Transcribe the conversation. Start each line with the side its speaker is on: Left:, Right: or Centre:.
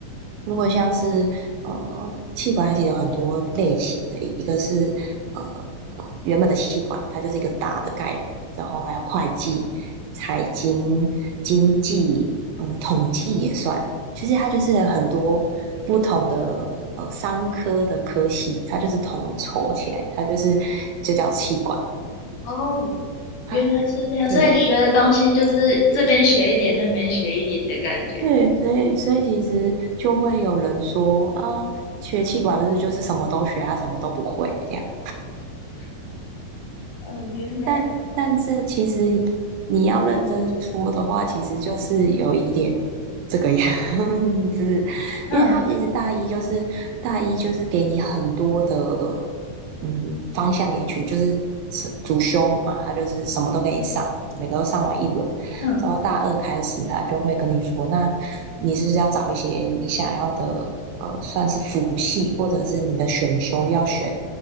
Right: 如果像是呃气管，它其实有很多类型的，一个是呃原本的气管，它就是一个大的概论，然后还有会计、财经、经济，嗯，统计也算。其实它就是很多不同的呃商科的科系，它就是统筹起来，它就是就叫气管。
Left: 哦，
Right: 啊，
Left: 原来是这样，
Right: 对
Left: 所以学的东西就是这边学一点，那边学一点的感觉。
Right: 对，所以所以其实就会有人说啊，学气管不是就是什么都学啊，什么都不会这样。
Left: 哦，原来，
Right: 但但是其实你要认真说的话，其实就是有一点这个样子，<laughs>
Left: 嗯
Right: 因为他其实大一就是大一就是给你很多的嗯方向给你去，就是是主修嘛，他就是什么都给你上，每个都上完一轮，
Left: 嗯，
Right: 然后大二开始他就会跟你说，那你是不是要找一些你想要的呃算是辅系或者是你的选修要选